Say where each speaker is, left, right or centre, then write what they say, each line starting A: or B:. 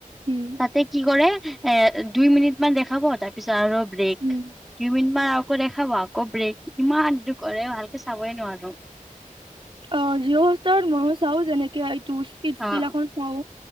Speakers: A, on the right (about 40°); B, in the centre.
A: উম
B: তাতে কি কৰে এ দুই মিনিট মান দেখাব তাৰ পিছত আৰু ব্ৰেক
A: উম
B: দুই মিনিট মান আকৌ দেখাব আকৌ ব্ৰেক ইমান দ কৰে ভালকে চাবই নোৱাৰো।
A: অ' জিঅ'হস্তাৰত ময়ো চাও যেনেকে তোৰ স্পিতভেলাখন
B: অ',
A: চাও